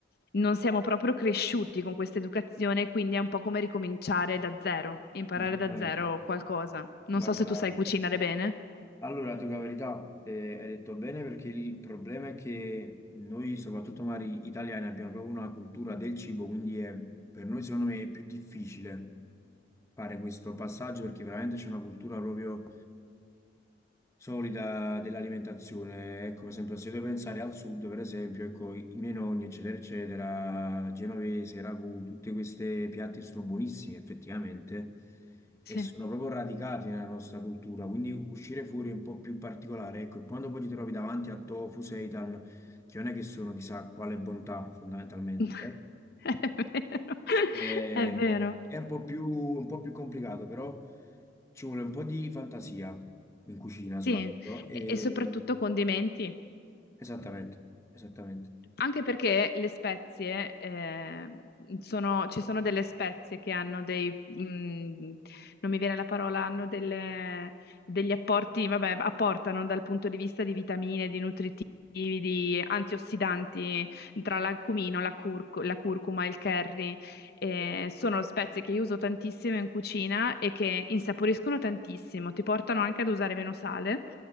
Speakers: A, on the left; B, on the left.
A: non siamo proprio cresciuti con questa educazione, quindi è un po' come ricominciare da zero, imparare
B: Esattamente,
A: da zero qualcosa. Non
B: guarda.
A: so se tu sai cucinare bene.
B: Allora, ti dico la verità, eh, hai detto bene perché il problema è che noi, soprattutto magari italiani, abbiamo proprio una cultura del cibo, quindi è- per noi secondo me è più difficile fare questo passaggio perché veramente c'è una cultura proprio solida dell'alimentazione. Ecco, per esempio, se devo pensare al sud, per esempio, ecco, i i miei nonni, eccetera, eccetera, genovese, ragù, tutte queste piatti sono buonissime effettivamente
A: Sì.
B: e sono proprio radicati nella nostra cultura, quindi uscire fuori è un po' più particolare, ecco, e quando poi ti trovi davanti a tofu, seitan, che non è che sono chissà quale bontà, fondamentalmente,
A: <laughs> È vero.
B: eh,
A: È vero.
B: è un po' più, un po' più complicato, però ci vuole un po' di fantasia in cucina soprattutto.
A: Sì,
B: E,
A: e e soprattutto condimenti.
B: Esattamente, esattamente.
A: Anche perché le spezie, eh, sono- ci sono delle spezie che hanno dei, mh, non mi viene la parola, hanno delle- degli apporti, vabbè, apportano dal punto di vista di vitamine, di nutritivi, di antiossidanti, tra l'accumino, la, curcu- la curcuma, il curry. Eh, sono spezie che io uso tantissimo in cucina e che insaporiscono tantissimo, ti portano anche ad usare meno sale